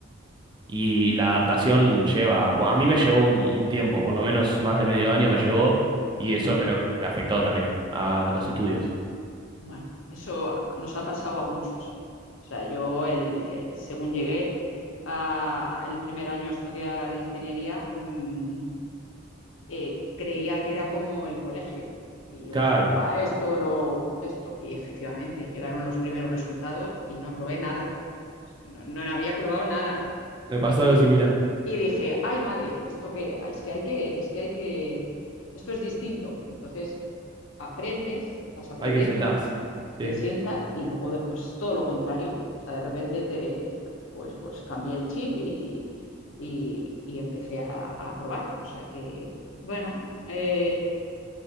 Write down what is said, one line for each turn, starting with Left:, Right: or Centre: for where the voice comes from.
Right: Y la adaptación lleva, a mí me llevó un, un tiempo, por lo menos más de medio año me llevó, y
Left: ujú.
Right: eso creo que afectó también a los estudios.
Left: Bueno, eso nos ha pasado a muchos. O sea, yo el, eh, según llegué a- el primer año a estudiar ingeniería, mm, eh, creía que era como el colegio. Y yo
Right: Claro,
Left: decía, va, esto, lo, esto. Y efectivamente, llegaron los primeros resultados y no aprobé nada. No, no había probado nada.
Right: me pasó
Left: Y
Right: algo
Left: dije,
Right: similar.
Left: y dije, ay madre, esto que ah, es que hay que, es que hay que, esto es distinto. Entonces, aprendes, vas aprendiendo,
Right: Hay que sentarse. Sí.
Left: te sienta y luego pues todo lo contrario, o sea, de repente te, pues, pues cambié el chip y, y, y empecé a, a, probar, o sea que, bueno. Eh,